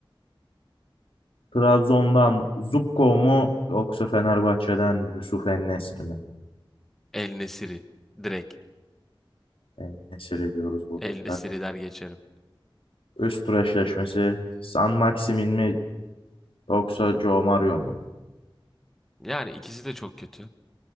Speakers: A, on the left; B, in the centre.
A: Trabzon'dan Zubko mu yoksa Fenerbahçe'den Yusuf En-Nesyri mi?
B: El Nesiri. Direkt.
A: En-Nesyri diyoruz burada
B: El Nesiri
A: da.
B: der geçerim.
A: Üst tur eşleşmesi San Maximin mi yoksa Joe Mario mu?
B: Yani ikisi de çok kötü.